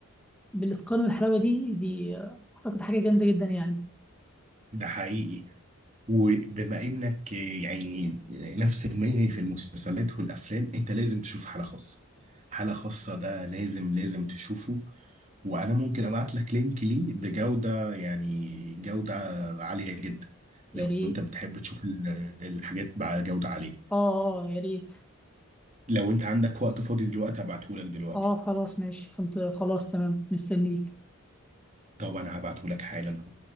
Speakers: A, in the centre; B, on the right.
A: بالاتقان والحلاوه دي دي اعتقد حاجه جامده جدا يعني
B: ده حقيقي وبما انك يعني نفس دماغي في المسلسلات والافلام انت لازم تشوف حالة خاصة حالة خاصة ده لازم لازم تشوفه وانا ممكن ابعت لك لينك ليه بجودة يعني جودة عالية جدا لو
A: يا ريت
B: انت بتحب تشوف ال- الحاجات بجودة عالية
A: اه آه، يا ريت
B: لو انت عندك وقت فاضي دلوقتي هبعته لك دلوقتي
A: اه خلاص ماشي كنت خلاص تمام مستنيك
B: طب انا هبعته لك حالا اهو.